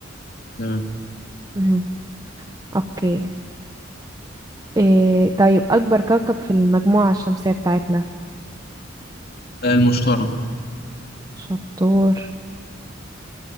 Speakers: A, on the left (about 55°); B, on the right (about 20°).
A: تمام
B: مهم. اوكي إيه طيب أكبر كوكب في المجموعة الشمسية بتاعتنا
A: آه، المشتري
B: شطور